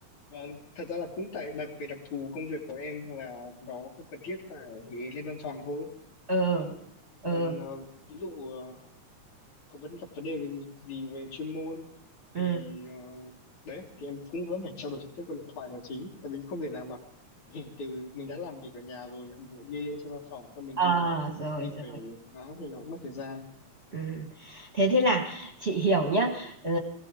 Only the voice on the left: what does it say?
Vâng, thật ra là cũng tại đặc về đặc thù công việc của em là nó không cần thiết phải lên văn phòng thôi.
Đó.
Còn ờ, ví dụ ờ, có vẫn gặp vấn đề về gì, gì về chuyên môn
thì ờ, đấy thì em cũng vẫn phải trao đổi trực tiếp qua điện thoại là chính. Tại vì không thể nào mà mình từ mình đã làm việc ở nhà rồi thì đi lên trên văn phòng xong mình
lại
đi
về đó thì nó cũng mất thời gian.